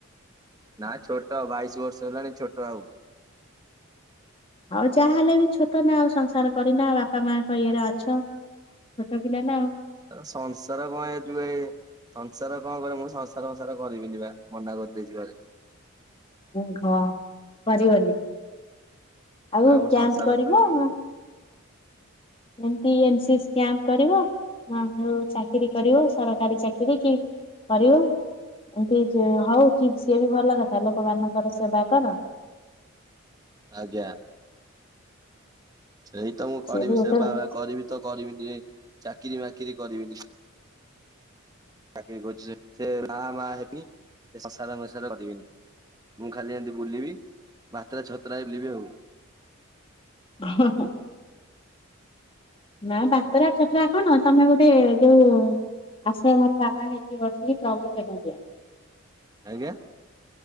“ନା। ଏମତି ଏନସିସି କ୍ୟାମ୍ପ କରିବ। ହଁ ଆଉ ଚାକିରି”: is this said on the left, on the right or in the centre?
Left